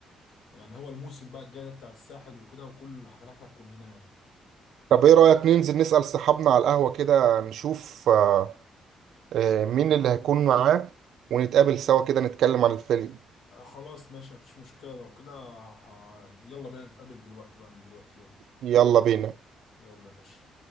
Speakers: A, on the left; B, on the right.
A: يعني هو الموسم بقى الجاي ده بتاع الساحل وكده وكل الحفلات هتكون هناك
B: طب ايه رأيك ننزل نسأل صحابنا على القهوة كده نشوف آه، آه، مين اللي هيكون معاه ونتقابل سوا كده نتكلم عن الفيلم
A: آه خلاص ماشي مفيش مشكله لو كده ه- يلا بينا نتقابل دلوقتي بقى من دلوقتي يلا
B: يلا بينا
A: يلا يا باشا